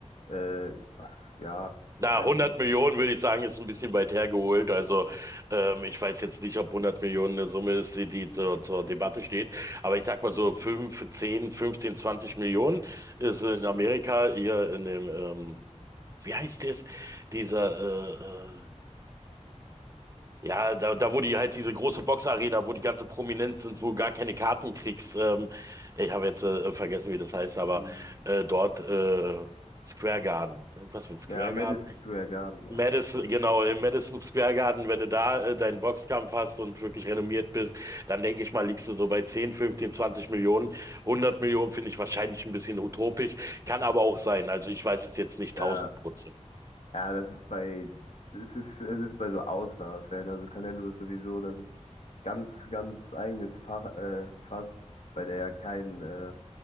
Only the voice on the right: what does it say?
Na, 100 Millionen würde ich sagen, ist ein bisschen weit hergeholt. Also ähm, ich weiß jetzt nicht, ob 100 Millionen eine Summe ist, die, die zur, zur Debatte steht. Aber ich sag mal so 5, 10, 15, 20 Millionen ist in Amerika hier in dem, ähm, wie heißt das? Dieser, äh, äh, ja, da, da wo die halt diese große Boxarena, wo die ganze Prominenz sind, wo du gar keine Karten kriegst. Ähm, ich habe jetzt äh, vergessen, wie das heißt, aber
äh, dort äh, Square Garden. Irgendwas mit Square
Madison, genau, im Madison Square Garden, wenn du da äh, deinen Boxkampf hast und wirklich renommiert bist, dann denke ich mal, liegst du so bei 10, 15, 20 Millionen. 100 Millionen finde ich wahrscheinlich ein bisschen utopisch, kann aber auch sein. Also ich weiß es jetzt nicht
1000 Prozent.